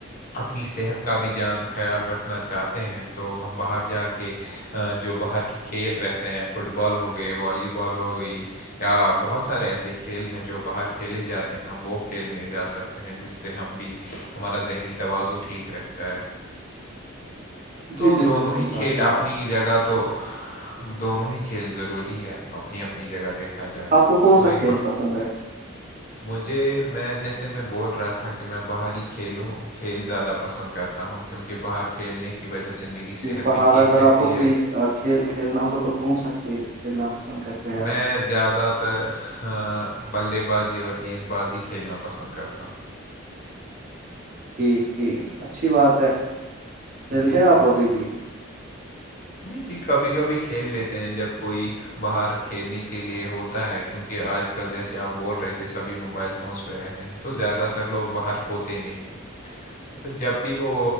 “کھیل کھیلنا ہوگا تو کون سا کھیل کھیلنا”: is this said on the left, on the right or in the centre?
Right